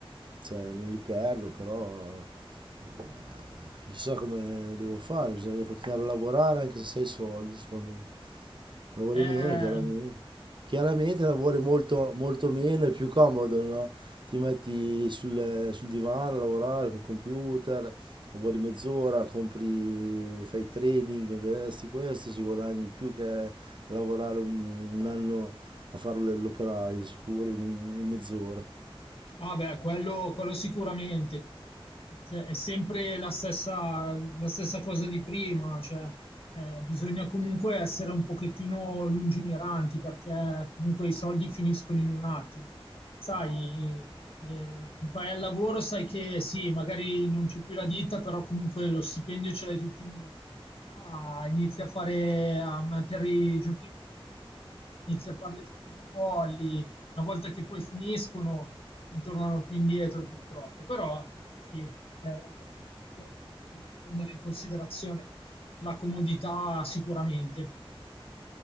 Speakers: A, on the right; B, on the left.
A: cioè, non li perdo, però eh, chissà come devo fare, bisogna continuare a lavorare anche se sei soldi, secondo me. Lavori
B: eh,
A: meno, chiaramente. Chiaramente lavori molto, molto meno, è più comodo, no? Ti metti sul, sul divano a lavorare col computer, lavori mezz'ora, compri, fai trading, investi questo, ci guadagni di più che a lavorare un, un anno a fare l- l'operaio, sicuro, in, un- in mezz'ora.
B: Ah beh, quello, quello sicuramente. Cioè, è sempre la stessa, la stessa cosa di prima, cioè, eh, bisogna comunque essere un pochettino lungimiranti perché comunque i soldi finiscono in un attimo. Sai, eh, vai al lavoro, sai che sì, magari non c'è più la ditta, però comunque lo stipendio ce l'hai tutti i mesi. Qua inizi a fare, a mettere i giochi in borsa, inizi a fare le spese folli, una volta che poi finiscono non tornano più indietro purtroppo, però sì, è una cosa sicuramente da prendere in considerazione la comodità sicuramente.